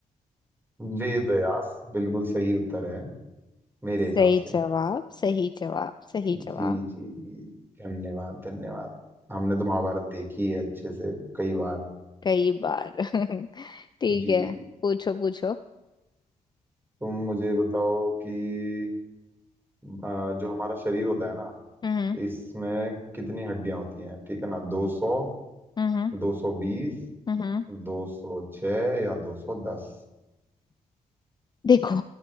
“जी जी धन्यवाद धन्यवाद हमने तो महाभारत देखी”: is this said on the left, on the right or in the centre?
Right